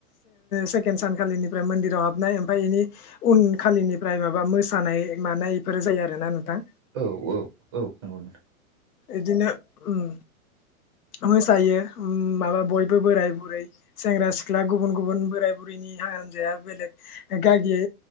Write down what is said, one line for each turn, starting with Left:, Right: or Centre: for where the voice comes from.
Left: सेकेण्ड सानखालिनिफ्राय मन्दिराव हाबनाय ओमफ्राय बेनि उनखालिनिफ्राय माबा मोसानाय मानायफोर जायो आरोना नोंथां
Right: औ औ औ नंगौ
Left: इदिनो उम मोसायो माबा बयबो बोराय बुरै सेंग्रा सिख्ला गुबुन गुबुन बोराय बुरैनि हान्जाया बेलेग गागियै